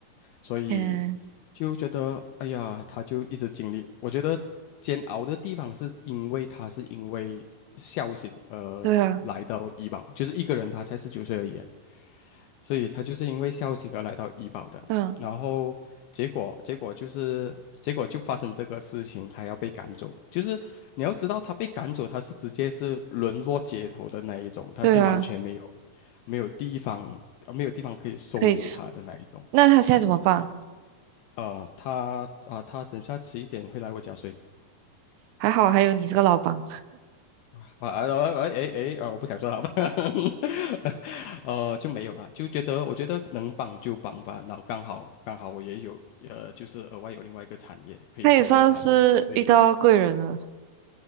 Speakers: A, on the left; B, on the right.
A: 所以
B: 嗯，
A: 就觉得哎呀，他就一直经历，我觉得煎熬的地方是因为他是因为孝心而来到医保，
B: 对啊，
A: 就是一个人他才十九岁而已啊所以他就是因为孝心而来到医保的。
B: 嗯
A: 然后结果结果就是结果就发生这个事情，他要被赶走。就是你要知道，他被赶走，他是直接是沦落街头的那一种，他是完全没有
B: 对啊，
A: 没有地方呃没有地方可以收留他的那一种。
B: 可以吃。那他现在怎么办？
A: 呃，他啊、他等下迟一点会来我家睡
B: 还好还有你这个老板，
A: 啊啊啊哎哎哎啊！我不想说了吧，<laughs> 呃，就没有了，就觉得我觉得能帮就帮吧，然后刚好刚好我也有呃，就是额外有另外一个产业可以收留他这里，
B: <laughs> 他也算是遇到贵人了。
A: 所以